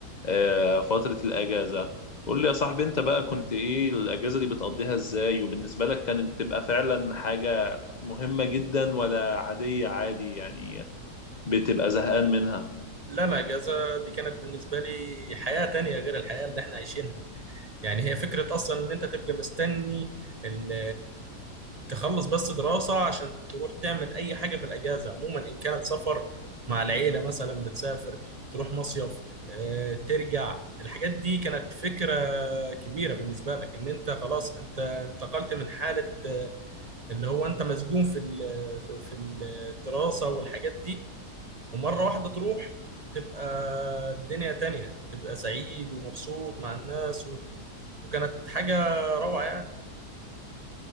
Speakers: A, on the left; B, on the right.
A: آه، فترة الأجازة قول لي يا صاحبي انت بقى كنت ايه الأجازة دي بتقضيها ازاي وبالنسبة لك كانت تبقى فعلا حاجة مهمة جدا ولا عادية عادي يعني بتبقى زهقان منها
B: لا لا اجازه دي كانت بالنسبه لي حياه تانية غير الحياه اللي احنا عايشينها يعني هي فكرة أصلا إن أنت تبقى مستني ال- تخلص بس دراسة عشان تروح تعمل أي حاجة في الأجازة عموما إن كانت سفر مع العيلة مثلا بتسافر تروح مصيف آه، ترجع الحاجات دي كانت فكرة كبيرة بالنسبة لك إن أنت خلاص أنت انتقلت من حالة آه، اللي هو أنت مسجون في ال- في في الدراسة والحاجات دي ومرة واحدة تروح تبقى الدنيا تانية تبقى سعيد ومبسوط مع الناس وكانت حاجة روعة يعني